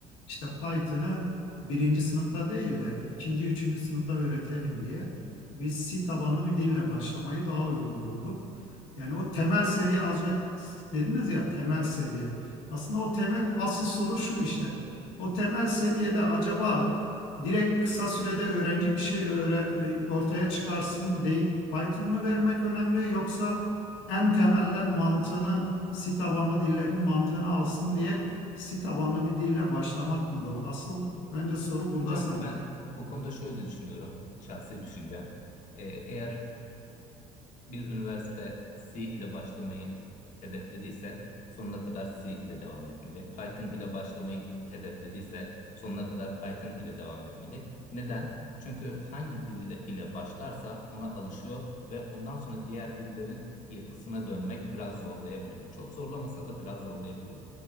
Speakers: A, on the left; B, on the left.
A: İşte Python'ı birinci sınıfta değil de ikinci, üçüncü sınıfta öğretelim diye biz C tabanlı bir dille başlamayı daha uygun bulduk. Yani o temel seviye az önce dediniz ya temel seviye. Aslında o temel asıl soru şu işte. O temel seviyede acaba direkt kısa sürede öğrenci bir şey öğre- ortaya çıkarsın deyip Python mı vermek önemli yoksa en temelden mantığını C tabanlı dillerin mantığını alsın diye Si tabanlı bir dille başlamak mı doğru? Asıl bence soru burada
B: hocam
A: sanki.
B: ben bu konuda şöyle düşünüyorum, şahsi düşüncem. Ee, eğer bir üniversite C ile başlamayı hedeflediyse sonuna kadar C ile devam etmeli. Python ile başlamayı hedeflediyse sonuna kadar Python ile devam etmeli. Neden? Çünkü hangi dil ile ile başlarsa ona alışıyor ve ondan sonra diğer dillerin yapısına dönmek biraz zorlayabiliyor. Çok zorlamasa da biraz zorlayabiliyor.